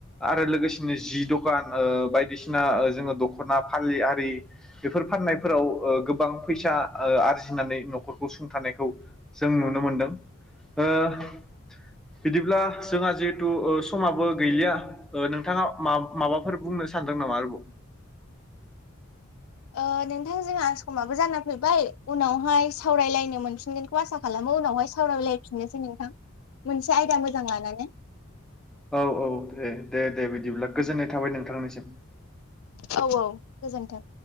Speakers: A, in the centre; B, on the left (about 80°).
A: आरो लोगोसेनो जि दखान बायदिसिना जोङो दख'ना फालि आरि बेफोर फाननायफोराव गोबां फैसा आरजिनानै न'खरखौ सुंथानाय खौ जों नुनो मोनदों ओ बिदिब्ला जोंहा जिहेथु समाबो गैलिया ओ नोंथाङा माबाफोर बुंनो सानदों नामा आरोबाव?
B: ओ‌ नोंथां जोंहा समाबो जाना फैबाय उनावहाय सावरायलायनो मोनफिनगोन खौ आसा खालामो उनावहाय सावरायलायफिननोसै नोंथां मोनसे आयदा मोजां लानानै।
A: औ औ दे दे दे बिदिब्ला गोजोननाय थाबाय नोंथांनिसिम।
B: औ औ गोजोन्थों।